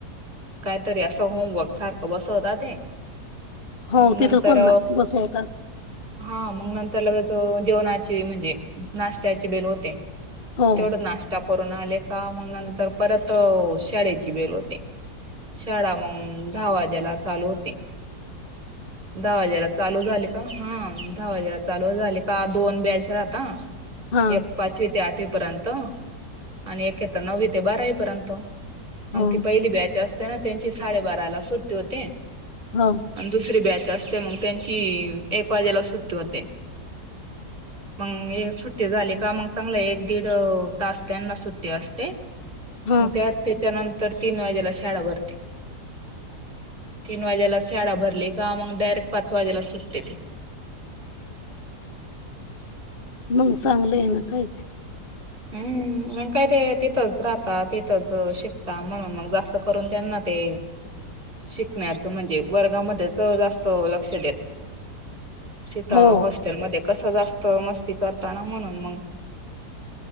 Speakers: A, on the right (about 35°); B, on the left (about 40°).
A: काहीतरी असं होमवर्क सारखं बसवत ते
B: हो
A: मग
B: तिथं
A: नंतर
B: पण ना बसवतात
A: हा मग नंतर लगेच जेवणा म्हणजे नाशत्याची बेल होते
B: हो
A: तेवढ नाशता कोरोना आले का मग नंतर परत त शाळेची बेल होते शाळा मग दहा वाजेला चालू होते. दहा वाजेला चालू झाले. हा दहा वाजेला चालू झाली का दोन बॅच राहता
B: हा
A: एक पाचवी ते आठवी पर्यंत आणि एके तर नववी ते बारावी पर्यंत मग
B: हो
A: ती पहिली बॅच असताना त्यांची साडेबारा ला सुट्टी होते.
B: हो
A: आणि दुसरी बॅच असते मग त्यांची एक वाजेला सुट्टी होते. मग एक सुट्टी झाली का मग चांगलं एक दीड तास त्यांना सुट्टी असते.
B: हा
A: मग त्या हत्याच्या नंतर तीन वाजेला शाळा भरते. तीन वाज्याला शाळाा भरली का मग डायरेक्ट पाच वाजेला सुटते ती.
B: मग चांगलं आहे ना काहीच.
A: हम् म काय ते तिथंच राहता तिथंच शिकता म्हणून मग जास्त करून त्यांना ते शिकण्याच म्हणजे वर्गामध्येच जास्त लक्ष देत. तिथं
B: हो
A: हॉस्टेलमध्येध्ये कसं जास्त मस्ती करताना म्हणून मग.